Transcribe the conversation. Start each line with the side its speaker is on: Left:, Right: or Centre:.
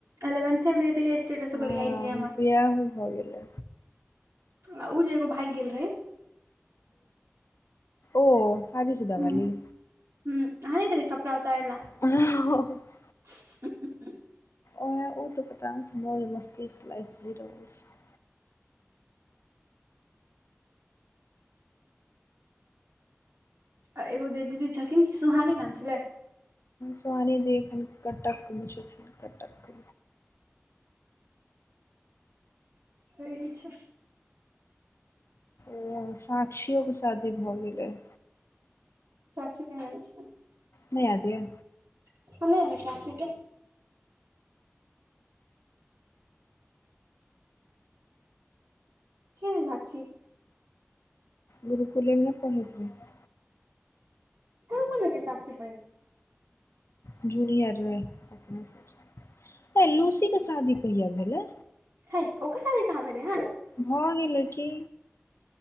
Right: एलवन्थे मे रहिये तहिये स्टेटस
Left: हँ
Right: ओकर यैदय हमर
Left: बियाहो भऽ गेलै
Right: आ उजे एगो भाइग गेल रहै
Left: ओ शादी सुदा
Right: हुं
Left: वाली
Right: <unintelligible>
Left: <unintelligible>
Right: <unintelligible>
Left: एह ऊ तऽ पता नइ मौज मस्तीसँ लाइफ जी रहल छै
Right: आ एगो जे दीदी छलखिन सुहानी नाम छलै
Left: सारी देखन कटक मऽ सँ छै कटक
Right: सही छै
Left: ओ साक्षियो कऽ शादी भऽ गेलै
Right: चाची केहेन छै
Left: नय याद यऽ
Right: <unintelligible> चाचीकेँ केँ हेय साक्षी
Left: गुरुकुलेमे नय पढ़ैत रहै
Right: गुरुकुल मे केँ सााक्षी पड़ै
Left: जूनियर रहे अप सबसे बैय लूसी केँ शादी कहिया भेलै
Right: है ओकर साादी कहाँ भेलै हँ
Left: भऽ गेलै की